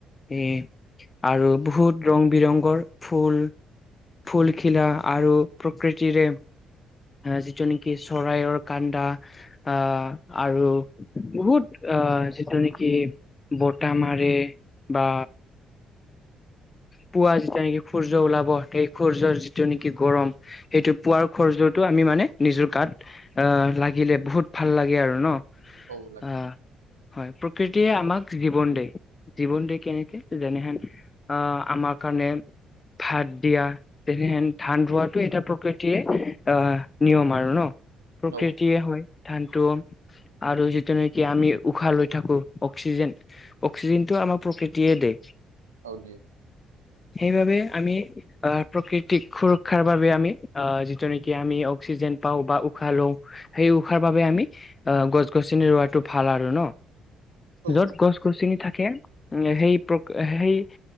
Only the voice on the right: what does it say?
অ লাগে।
অ',
অ দিয়ে।
অ',